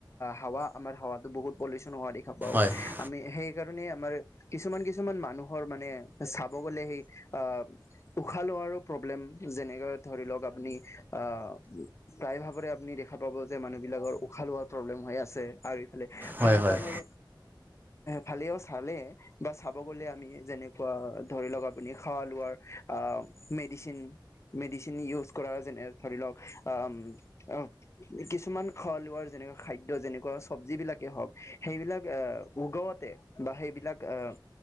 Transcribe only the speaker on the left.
হাৱা আমাৰ হাৱাতো বহুত পলিউশন হোৱা দেখা পাওঁ।
আমি সেইকাৰণে আমাৰ কিছুমান কিছুমান মানুহৰ মানে- চাব গ'লে সেই আহ- উশাহ লোৱাৰো প্ৰব্লেম যেনেকে ধৰি লওঁক আপুনি আহ- প্ৰায় ভাগৰে আপুনি দেখা পাব যে মানুহবিলাকৰ উশাহ লোৱাৰ প্ৰব্লেম হৈ আছে। আৰু ইফালে
খান
পানৰ ফালেও চালে- বা চাব গ'লে আমি যেনেকুৱা ধৰি লওঁক আপুনি খোৱা লোৱাৰ মেডিচিন- মেডিচিন ইউজ কৰা যেনে ধৰি লওঁক আম আ- কিছুমান খোৱা লোৱাৰ যেনেকুৱা খাদ্য যেনেকুৱা চব্জি- বিলাকে হওঁক সেইবিলাক। এ উগাওতে বা সেইবিলাক আহ